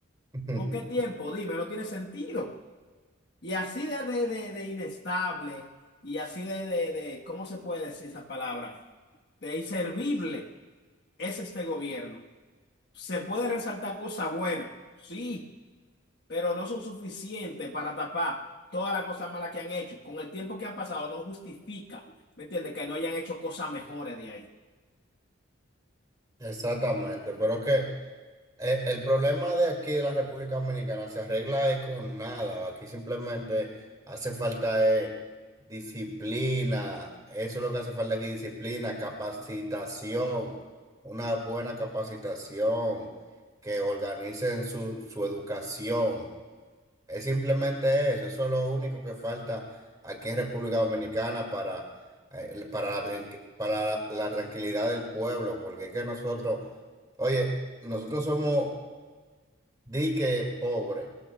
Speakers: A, on the right; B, on the left.
A: <laughs>
B: ¿Con qué tiempo? Dime, no tiene sentido. Y así de, de, de- de inestable y así de, de, de- ¿cómo se puede decir esa palabra? De inservible es este gobierno. Se puede resaltar cosas buenas, sí, pero no son suficientes para tapar todas las cosas malas que han hecho. Con el tiempo que han pasado no justifica, ¿me entiendes? Que no hayan hecho cosas mejores de ahí.
A: Exactamente. Pero que eh, el problema de aquí de la República Dominicana se arregla es con nada. Aquí simplemente hace falta eh, disciplina. Eso es lo que hace falta aquí, disciplina, capacitación, una buena capacitación, que organicen su, su educación. Es simplemente eso, eso es lo único que falta aquí en República Dominicana para, eh, el- para la, tranqui- para la, la tranquilidad del pueblo, porque es que nosotros, oye, nosotros somos dique pobre,